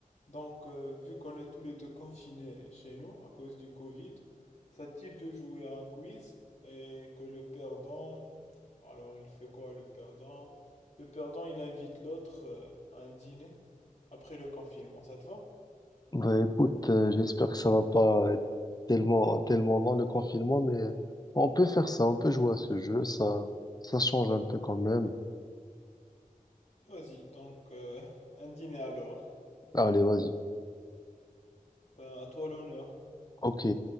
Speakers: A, on the left; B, on the left.
A: Donc, euh, vu qu'on est tous les deux confinés chez nous à cause du Covid, ça te dit de jouer à un quiz et que le perdant, alors il fait quoi le perdant? Le perdant, il invite l'autre euh, à un dîner après le confinement, ça te va?
B: Bah écoute, euh, j'espère que ça va pas être tellement, tellement long le confinement, mais on peut faire ça, on peut jouer à ce jeu, ça, ça change un peu quand même.
A: Vas-y, donc euh, <laughs> un dîner alors.
B: Allez, vas-y.
A: Ben, à toi l'honneur.
B: Ok.